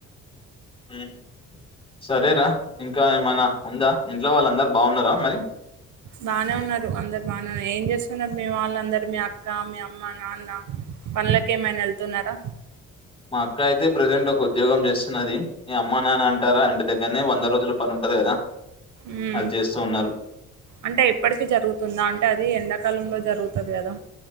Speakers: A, on the left; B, on the right.
A: మ్ సరేరా ఇంకా ఏమైనా ఉందా. ఇంట్లో వాళ్ళందరు బాగున్నారా మరి
B: బాగానే ఉన్నారు అందరు బాన్నార్ ఏం చేస్తున్నారు మీ వాళ్ళందరు మీ అక్క మీ అమ్మ నాన్న పన్లకేమైనా వెళ్తున్నారా
A: మా అక్క అయితే ప్రజెంట్ ఒక ఉద్యోగం చేస్తున్నది. ఈ అమ్మ నాన్న అంటారా ఇంటి దగ్గరనే వంద రోజుల పని ఉంటది కదా
B: మ్మ్
A: అది చేస్తూ ఉన్నారు.
B: అంటే ఇప్పటికి జరుగుతుందా అంటే అది ఎండాకాలంలో జరుగుతది కదా